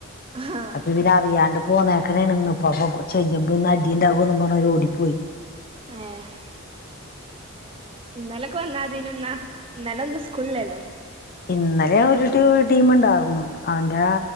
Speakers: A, on the right (about 25°); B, on the left (about 45°).
A: ആഹ്
B: അപ്പോ ഇവര് അറിയാണ്ട് പോന്നേക്കണേ ഇന്ന് ഇപ്പോ ചെല്ലുമ്പോൾ ഇന്ന് അടി ഉണ്ടാവുപറഞ് അവർ ഓടിപ്പോയി
A: ഏഹ് ഇന്നലക്കെ വന്നാതിനു ഇന്നാ ഇന്നലെ ഇന്ന് സ്ക്കുളില്ലല്ലോ
B: ഇന്നലെ ഒരു ടീം ഉണ്ടായിർന്ന് അവന്റെ